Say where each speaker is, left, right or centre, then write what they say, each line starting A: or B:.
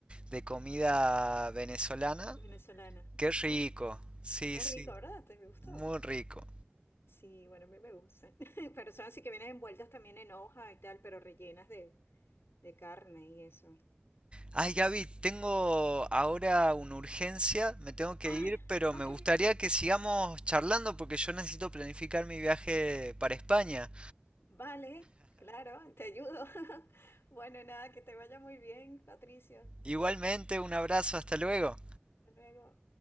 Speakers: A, on the right; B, on the left.
A: de comida venezolana.
B: Venezolana.
A: Qué
B: Ajá.
A: rico. Sí,
B: Es
A: sí,
B: rico, ¿verdad? ¿Te gustó?
A: muy rico.
B: Sí, bueno, a mí me gusta. <laughs> Pero son así que vienen envueltas también en hoja y tal, pero rellenas de, de carne y eso.
A: Ay, Gaby,
B: Sí.
A: tengo ahora una urgencia, me tengo que
B: Ah,
A: ir, pero
B: ok,
A: me gustaría que sigamos charlando porque yo necesito planificar mi viaje para España.
B: vale, claro, te ayudo. <laughs> Bueno, nada, que te vaya muy bien, Patricio.
A: Igualmente, un abrazo, hasta luego.
B: Hasta luego.